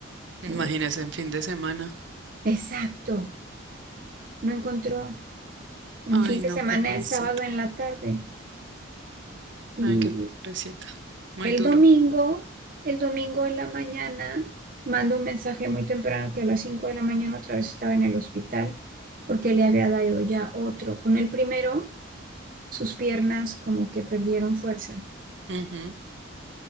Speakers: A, on the right; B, on the right.
A: Imagínese
B: Eh,
A: en fin de semana.
B: exacto, no encontró. En
A: Ay,
B: fin de
A: no,
B: semana,
A: qué pobrecito.
B: es sábado en la tarde. Y
A: Ay, qué pobrecita. Muy
B: El
A: duro.
B: domingo, el domingo en la mañana, mando un mensaje muy temprano que a las 5 de la mañana otra vez estaba en el hospital porque le había dado ya otro. Con el primero, sus piernas como que perdieron fuerza,
A: Ujú,